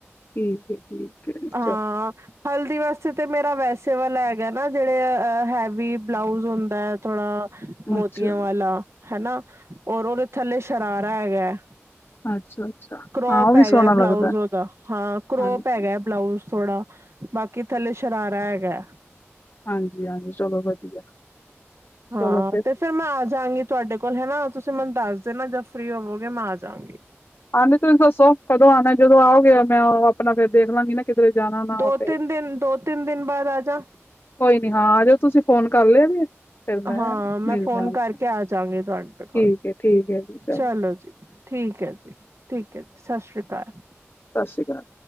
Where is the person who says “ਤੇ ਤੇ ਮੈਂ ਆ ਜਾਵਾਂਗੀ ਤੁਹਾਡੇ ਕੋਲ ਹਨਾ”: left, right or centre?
Right